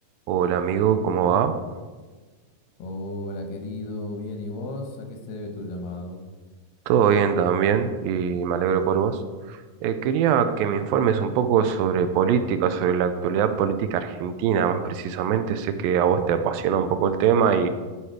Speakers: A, on the right; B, on the left.
A: Hola amigo, ¿cómo va?
B: Hola, querido, bien, ¿y vos? ¿A qué se debe tu llamado?
A: Todo bien también y me alegro por vos. Eh, quería que me informes un poco sobre política, sobre la actualidad política argentina, más precisamente. Sé que a vos te apasiona
B: Ujú.
A: un poco el tema y,